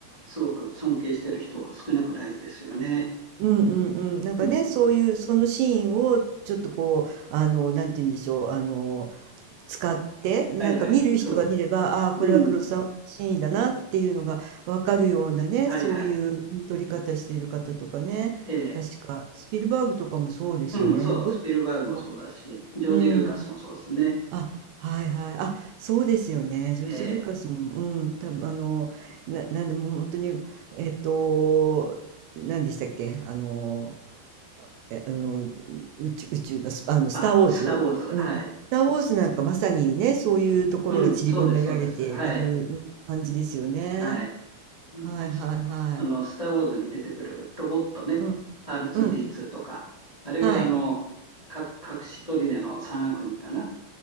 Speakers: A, on the left; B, on the right.
A: すごく尊敬してる人は少なくないですよね。
B: うんうんうん。なんかね、
A: うん。
B: そういう、そのシーンをちょっとこう、あの、なんて言うんでしょう、あの、使って、なんか見る人が見れば、
A: はいはい。そう。
B: ああー、
A: うん。
B: これは黒沢のシーンだなっていうのがわかるようなね、
A: はいはい。
B: そういううん撮り方している方とかね、
A: ええ。
B: 確か、スピルバーグとかもそうですよね。
A: うん、そう。
B: どのシーンでどうって。
A: スピルバーグもそうだし、ジョージ・
B: うん。
A: ルーカスもそうですね。
B: あ、はいはい。あ、そうですよね。ジョージ・
A: ええ。
B: ルーカスも、うん、たぶん、あの、な、なんでもう本当に、えっと、何でしたっけあの、え、あの、宇宙、宇宙のス、あの、スター・
A: あ、
B: ウォーズうん。
A: スター・ウォーズ。はい。
B: スター・ウォーズなんかまさにね、そういうところが散りばめられている、
A: うん、そうです、そうです。はい。
B: うん感じですよね。
A: はい。あの、
B: はいはいはい。
A: スあのスター・ウォーズに出てくるロボットね。
B: うん、
A: R2D2
B: うん、
A: とか。あれは、
B: はい。
A: あの、か隠し砦の三悪人かな。